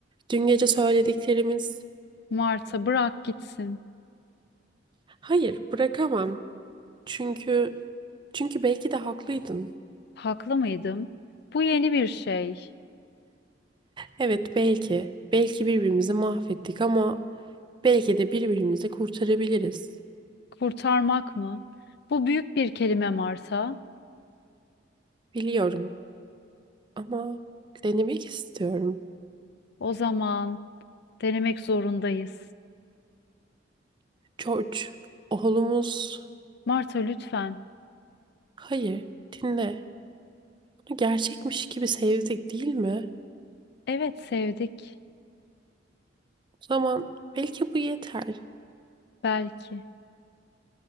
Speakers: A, on the right (about 25°); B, on the left (about 60°).
A: dün gece söylediklerimiz...
B: Marta bırak gitsin.
A: Hayır, bırakamam. Çünkü çünkü belki de haklıydın.
B: Haklı mıydım? Bu yeni bir şey.
A: Evet, belki. Belki birbirimizi mahvettik ama belki de birbirimizi de kurtarabiliriz.
B: Kurtarmak mı? Bu büyük bir kelime Marta.
A: Biliyorum ama denemek istiyorum.
B: O zaman denemek zorundayız.
A: George, oğlumuz...
B: Marta lütfen.
A: Hayır, dinle. Onu gerçekmiş gibi sevdik, değil mi?
B: Evet sevdik.
A: Tamam. Belki bu yeter.
B: Belki.